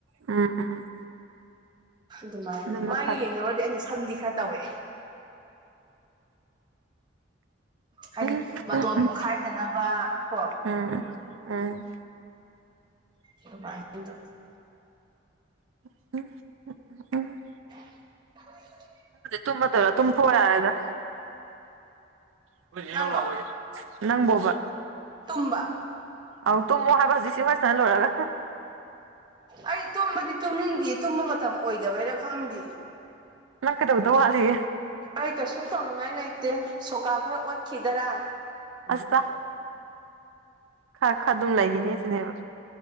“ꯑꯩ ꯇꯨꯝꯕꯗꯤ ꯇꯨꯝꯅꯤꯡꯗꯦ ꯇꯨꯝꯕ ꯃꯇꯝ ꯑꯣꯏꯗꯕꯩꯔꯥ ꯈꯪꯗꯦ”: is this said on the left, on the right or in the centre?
Right